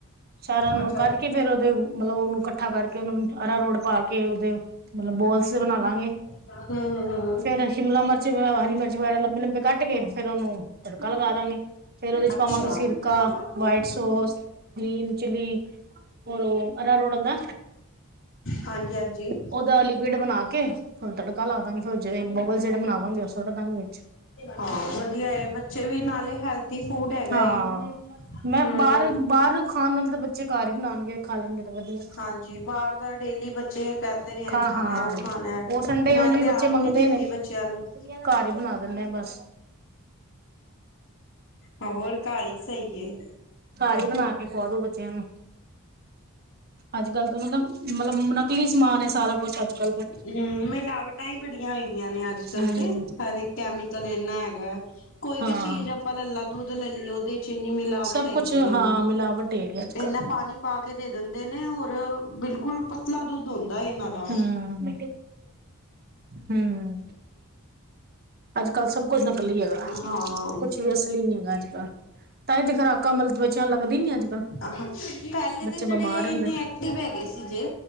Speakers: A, on the right; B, on the left.
A: ਸਾਰਿਆਂ ਨੂੰ
B: ਅੱਛਾ
A: ਕਰਕੇ ਫੇਰ ਉਹਦੇ ਮਤਲਬ ਉਨੂੰ ਕੱਠਾ ਕਰਕੇ ਉਹ ਆਰਾ ਰੋਡ ਪਾ ਕੇ ਉਦੇ ਮਤਲਬ ਬੋਲਸ ਬਣਾ ਲਾਗੇ।
B: ਹਮ- ਹਮ -ਹਮ
A: ਫੇਰ ਸ਼ਿਮਲਾ ਮਿਰਚ, ਹਰੀ ਮਿਰਚ ਵਗੈਰਾ ਲੰਬੇ- ਲੰਬੇ ਕੱਟ ਕੇ ਫੇਰ ਉਹਨੂੰ ਤੜਕਾ ਲਗਾ ਦਾਂਗੇ ਫੇਰ ਉਹਦੇ ਚ'
B: ਅੱਛਾ
A: ਪਾਵਾਂਗੇ ਸਿਰਕਾ,
B: ਹਾਂਜੀ
A: ਵਾਈਟ ਸੋਸ ਗੀਨ ਚੀਲੀ ਹੋਰ ਅਰਰੋੜ ਦਾ
B: ਹਾਂਜੀ-ਹਾਂਜੀ
A: ਉਹਦਾ ਲਿਕੁਿਡ ਉਹਦਾ ਬਣਾ ਕੇ ਫਿਰ ਤੜਕਾ ਲਾ ਦਾਂਗੇ ਫਿਰ ਜਿਹੜਾ ਬਾਲ- ਜਿਹੜਾ ਮਨਾਵਾਂਗੇ ਉਸ ਸੋਢ ਦਾਗੇ ਵਿੱਚ
B: ਹਾਂ ਵਧੀਆ ਏ ਬੱਚੇ ਵੀ ਨਾਲੇ ਹੈਲਥੀ ਫੂਡ ਹੈਗਾ
A: ਹਾਂ।
B: ਏ
A: ਮੈਂ
B: ਹਮ
A: ਬਾਹਰ- ਬਾਹਰ ਖਾਣ ਨਾਲ ਤਾਂ ਬੱਚੇ ਘਰ ਹੀ ਬਣਾਉਣਗੇ। ਖਾ ਲੈਣਗੇ ਤਾਂ ਵਧੀਆ।
B: ਹਾਂਜੀ। ਬਾਹਰ ਦਾ ਡੇਲੀ ਬੱਚੇ ਕਹਿੰਦੇ ਨੇ ਹੈ
A: ਖਾ
B: ਖਾਣਾ,
A: ਹਾਂ
B: ਉਹ ਖਾਣਾ
A: ਉਹ ਸੰਡੇ
B: ਮੈਂ
A: ਉਝ ਵੀ
B: ਤੇ ਆਪ
A: ਬੱਚੇ ਮੰਗਦੇ
B: ਨੀ ਦਿੰਦੀ
A: ਨੇ।
B: ਬੱਚਿਆਂ ਨੂੰ।
A: ਘਰ ਹੀ ਬਣਾ ਦਿੰਦੇ ਹਾਂ, ਬਸ।
B: ਹੋਰ ਘਰ ਹੀ ਸਹੀ।
A: ਘਰ ਹੀ ਬਣਾ ਕੇ ਖਵਾ ਦੋ ਬੱਚਿਆਂ ਨੂੰ। ਅੱਜ ਕੱਲ ਦਾ ਮਤਲਬ ਮਤਲਬ ਨਕਲੀ ਸਮਾਨ ਹੈ ਸਾਰਾ ਕੁਛ ਅੱਜ ਕੱਲ ਦਾ।
B: ਹਮ ਮਿਲਾਵਟਾਂ ਹੀ ਬੜੀਆਂ ਹੋਦੀਆਂ ਨੇ ਅੱਜ ਕਲ
A: ਹਮ
B: ਤੇ। ਹਰੇ ਇੱਕ ਕੈਮੀਕਲ ਇੰਨਾ ਹੈਗਾ ਹੈ। ਕੋਈ
A: ਹਾਂ
B: ਵੀ ਚੀਜ਼ ਆਪਾਂ ਲਲਾ ਦੁੱਧ ਲੈ ਲਈਏ। ਇੰਨੀ ਮਿਲਾਵਟ
A: ਸਭ
B: ਹੈਗੀ
A: ਕੁਛ
B: ਹੈ।
A: ਹਾਂ ਮਿਲਾਵਟ ਹੈਗੀ ਅੱਜ ਕੱਲ
B: ਇਹਨਾ। ਪਾ ਕੇ ਦੇ ਦਿੰਦੇ ਨੇ ਹੋਰ ਬਿਲਕੁਲ ਪਤਲਾ ਦੁੱਧ ਹੁੰਦਾ ਹੈ ਇਹਨਾਂ ਦਾ।
A: ਹਮ ਹਮ। ਅੱਜ ਕੱਲ੍ਹ ਸਭ ਕੁਝ ਨਿਕਲੀ ਹੈਗਾ।
B: ਹਾਂ,
A: ਕੁਛ ਵੀ ਅਸੀਂ ਨੀ ਹੈਗਾ ਅੱਜ ਕੱਲ। ਤਾਂਹੀ ਤੇ ਖੁਰਾਕਾਂ ਮਤਲਬ ਬੱਚਿਆ ਲੱਗਦੀ ਨੀ ਅੱਜ। ਕੱਲ
B: ਆਹਾਂ ਪਹਿਲੇ
A: ਬੱਚੇ
B: ਦੇ ਜਿਹੜੇ
A: ਬਿਮਾਰ ਹੁੰਦੇ
B: ਇੰਨੇ
A: ਨੇ।
B: ਐਕਟਿਵ ਹੈਗੇ ਸੀ ਜੇ।